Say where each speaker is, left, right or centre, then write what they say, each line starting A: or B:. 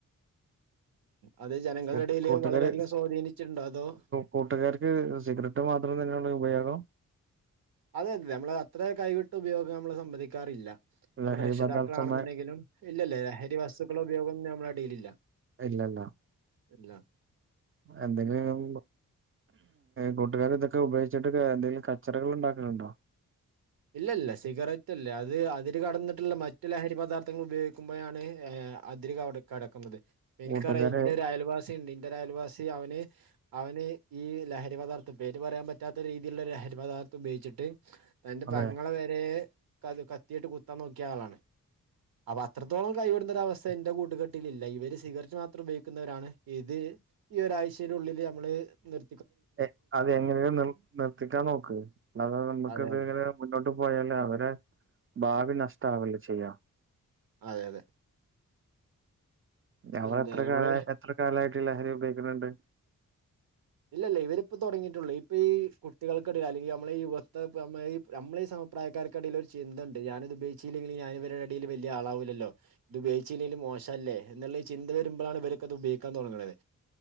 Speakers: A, on the right; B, on the right.
A: അത് ജനങ്ങളുടെ
B: കൂട്ട്
A: ഇടയിൽ
B: കൂട്ടുകാര്
A: വളരെയധികം സ്വാധീനിച്ചിട്ടുണ്ടോ അതോ
B: കൂട്ടുകാർക്ക് സിഗരറ്റ് മാത്രം തന്നെയൊള്ളു ഉപയോഗം
A: അതുതന്നെ നമ്മള് അത്ര കൈവിട്ട ഉപയോഗം നമ്മള് സമ്മതിക്കാറില്ല. നമ്മുടെ
B: ലഹരി
A: രക്ഷിതാക്കളാണെന്നുണ്ടെങ്കിലും
B: പദാർത്ഥമായ
A: ഇല്ലില്ലാ ലഹരി വസ്തുക്കളെ ഉപയോഗം നമ്മുടെ ഇടയിലില്ല.
B: ഇല്ലല്ലോ.
A: എല്ലാം
B: എന്തെങ്കിലും കൂട്ടുകാർ ഇതൊക്കെ ഉപയോഗിച്ചിട്ട് എന്തെങ്കിലും കച്ചറകൾ ഉണ്ടാക്കലുണ്ടോ
A: ഇല്ല ഇല്ലാ സിഗരറ്റ് അല്ലേ അത് അതിരുകടന്നിട്ടുള്ള മറ്റു ലഹരിപദാർഥങ്ങൾ ഉപയോഗിക്കുമ്പോഴാണ്. അതിര് കട കടക്കുന്നത് എനിക്കറിയാം
B: കൂട്ടുകാരെ
A: എന്റെ ഒരു അയൽവാസി ഉണ്ട് ഇന്റെ ഒരു അയൽവാസി അവന്. അവന് ഈ ലഹരിപദാർഥം പേര് പറയാൻ പറ്റാത്ത രീതിയിലുള്ള ലഹരിപദാർത്ഥം ഉപയോഗിച്ചിട്ട്. അവന്റെ
B: അതെ
A: പെങ്ങളെ വരെ കത് കത്തിയിട്ട് കുത്താൻ നോക്കിയ ആളാണ്. അപ്പൊ അത്രത്തോളം കൈവിടുന്നൊരു അവസ്ഥ എന്റെ കൂട്ടുകെട്ടിലില്ല ഇവര് സിഗരറ്റ് മാത്രം ഉപയോഗിക്കുന്നവരാണ് ഇത്. ഈ ഒരാഴ്ചയുടെ ഉള്ളില് നമ്മള് നിർ
B: എ അത് എങ്ങനെയും നി നിർത്തിക്കാൻനോക്ക് അല്ലാതെ അത് നമുക്കത്
A: അതെ അതെ
B: ഇങ്ങനെ. മുന്നോട്ടു പോയാല് അവരെ ഭാവി നഷ്ടാവില്ലേ ചെയ്യാ.
A: അതെയതെ.
B: അവർ
A: പിന്നെ
B: എത്രകാലയി
A: നമ്മള്
B: എത്ര കാലായിട്ട് ലഹരി ഉപയോഗിക്കുന്നുണ്ട്
A: ഇല്ലല്ല ഇവരിപ്പൊ തുടങ്ങിയിട്ടുള്ളൂ ഇപ്പൊ ഈ കുട്ടികൾക്കിടയിൽ അല്ലെങ്കിൽ നമ്മള് ഈ യുവത്തെ ഈ നമ്മളീ ഈ സമപ്രായക്കാർക്കിടയിൽ ഒരു ചിന്തേണ്ട് ഞാനിത് ഉപയോഗിച്ചില്ലെങ്കില് ഞാന് ഇവരുടെ ഇടയിൽ വലിയ ആളാവുല്ലല്ലോ ഇത് ഉപയോഗിച്ചില്ലെങ്കില് മോശമല്ലേ എന്നുള്ള ചിന്ത വരുമ്പളാണ് ഇവർക്കത് ഉപയോഗിക്കാൻ തോടങ്ങണത്